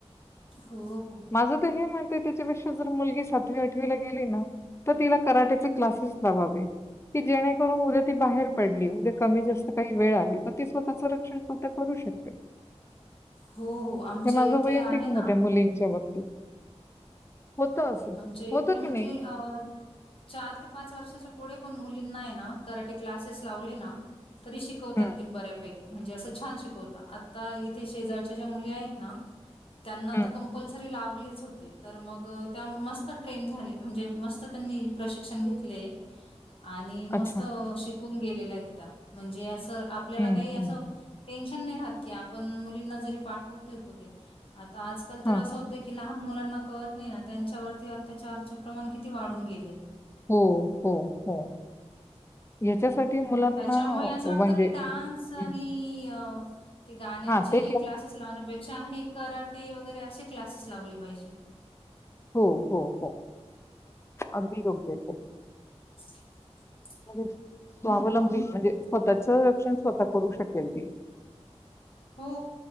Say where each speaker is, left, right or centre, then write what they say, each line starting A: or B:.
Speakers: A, on the left (about 55°); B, on the left (about 25°).
A: हो, हो.
B: माझं तर हे म च्यापेक्षा जर मुलगी सातवी आठवीला गेली ना, तर तिला कराट्याचे क्लासेस लावावे. की जेणेकरून उद्या ती बाहेर पडली, उद्या कमी जास्त काही वेळ आली, तर ती स्वतःच रक्षण स्वतः करू शकते.
A: हो हो, आमच्या
B: हे माझं
A: इथे
B: वैयक्तिक
A: आहे ना.
B: मत मुलींच्या बाबतीत होतं असं
A: आमच्या इथे
B: होतं
A: म्हणजे
B: की नाही?
A: अ चार ते पाच वर्षाच्या पुढेपण मुलींना आहे ना, कराटे क्लासेस लावले ना तरी शिकवतात
B: हं,
A: ते बऱ्यापैकी म्हणजे असं छान शिकवता -आता इथे शेजारच्या ज्या मुली आहेत ना त्यांना
B: हं,
A: तर कंपल्सरी लाव आपलेच होते तर मग.. त्या मस्त ट्रेन झाले म्हणजे मस्त त्यांनी प्रशिक्षण घेतलेय आणि मस्त
B: अच्छा.
A: शिकून गेले <unintelligible> म्हणजे अस आपल्याला
B: हं,
A: काही असं
B: हं.
A: टेन्शन नाही राहत की पण मुलींना जरी पाठवतोय कुठे तर आजकाल तर
B: हां.
A: असं होत की लहान मुलांना कळत नाही त्यांच्यावरती अत्याचारचे प्रमाण किती वाढून गेले
B: हो- हो -हो याच्यासाठी मुलांना
A: हो त्याच्यामुळे असं वाटतं
B: म्हणजे
A: की
B: हं,
A: डान्स आणि अ ह <inaudible> ते गाण्यांचे
B: हां, ते
A: क्लासेस लावण्यापेक्षा हे करा तेे वगैरे असे क्लासेस लावले पाहिजे.
B: हो, हो, हो. अगदी योग्य आहे ते.
A: <inaudible>
B: <unintelligible> स्वावलंबी म्हणजे स्वतःच रक्षण स्वतः करू शकत ओके
A: हो